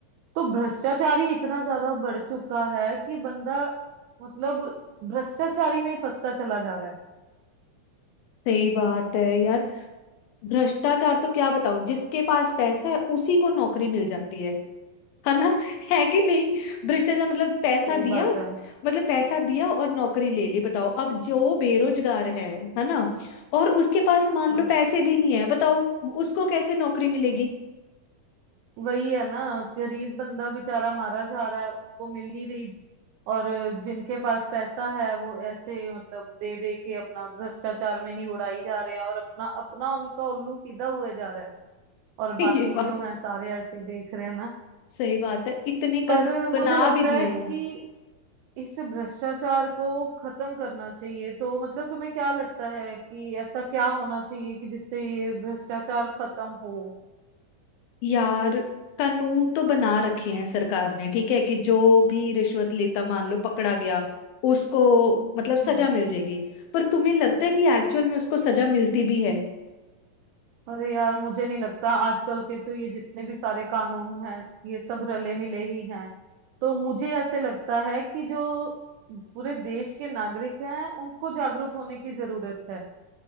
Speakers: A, on the right; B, on the left.
A: तो भ्रष्टाचारी इतना ज्यादा बढ़ चुका है कि बंदा मतलब भ्रष्टाचारी में ही फंसता चला जा रहा है
B: सही बात है यार भ्रष्टाचार तो क्या बताऊं जिसके पास पैसा है उसी को नौकरी मिल जाती है है ना है कि नहीं भ्रष्टाचार मतलब पैसा
A: सही
B: दिया
A: बात
B: मतलब पैसा दिया और नौकरी ले ली बताओ अब जो बेरोजगार है है ना और उसके पास मान
A: है
B: लो पैसे भी नहीं है बताओ उसको कैसे नौकरी मिलेगी
A: वही है ना गरीब बंदा बेचारा मारा जा रहा है उसको मिल नहीं रही और जिनके पास पैसा है वो ऐसे मतलब दे दे के अपना भ्रष्टाचार में ही उड़ाई जा रहे हैं और अपना अपना उनका उल्लू सीधा हुए जा रहा है और
B: <laughs> ये
A: बाकी
B: बात
A: जो है सारे ऐसे ही देख रहे हैं ना
B: सही बात है इतने
A: पर
B: कानून बना
A: मुझे लगता
B: भी दिए
A: है कि
B: हैं
A: इस भ्रष्टाचार को खत्म करना चाहिए तो मतलब तुम्हें क्या लगता है कि ऐसा क्या होना चाहिए कि जिससे ये भ्रष्टाचार खत्म हो
B: यार कानून तो बना रखे हैं सरकार ने ठीक है कि जो भी रिश्वत लेता मान लो पकड़ा गया उसको मतलब सजा
A: हम्म
B: मिल जाएगी पर तुम्हें लगता है कि एक्चुअल में उसको सजा मिलती भी है
A: अरे यार मुझे नहीं लगता आजकल के तो ये जितने भी सारे कानून हैं ये सब रले मिले ही हैं तो मुझे ऐसे लगता है कि जो पूरे देश के नागरिक हैं उनको जागरूक होने की जरूरत है